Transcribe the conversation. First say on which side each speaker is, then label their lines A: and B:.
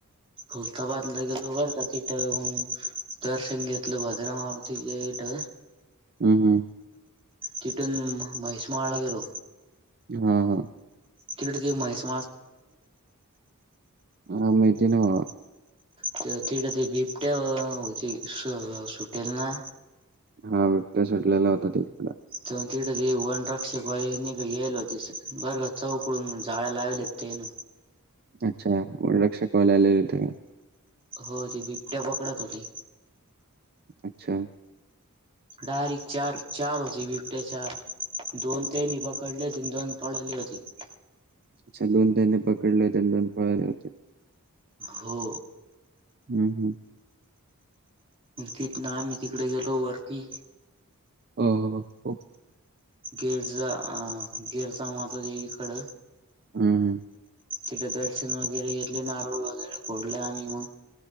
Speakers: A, on the right; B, on the right.
A: खुलताबादला गेलो बरं का तिट मग दर्शन घेतलं भद्रा मारुतीचे इट
B: हम्म हम्म.
A: तिथून म्हैसमाळला गेलो.
B: हा हा.
A: तिकडे ते म्हैस
B: ह माहिती आहे ना भावा.
A: ति ते बिबट्या होती सुटेल ना
B: हा बपट्या सोडलेला होता तिकड.
A: तिथते वन रक्षक वालेयेल हो बर चौकडून जाळ्या लावले तेन
B: अच्छा वन रक्षकवाले आलेले होते.
A: हो ती बिबट्या पकडत होते.
B: अच्छा.
A: डायरेक्ट चार, चार होते बीबटया चार दोन तेनी पकडले होती दोन पळली होती <unintelligible>
B: अच्छा दोन त्यांनी पकडले होते दोन पळाले होते.
A: हो.
B: हम्म हम्म.
A: तिथन आम्ही तिकडे गेलो वरती
B: हो हो हो.
A: गिरजा अं गिरजा माता देेवीकड
B: हम्म हम्म.
A: तिथं दर्शन वगैरे घेतले नारळ वगैरे फोडल आणि म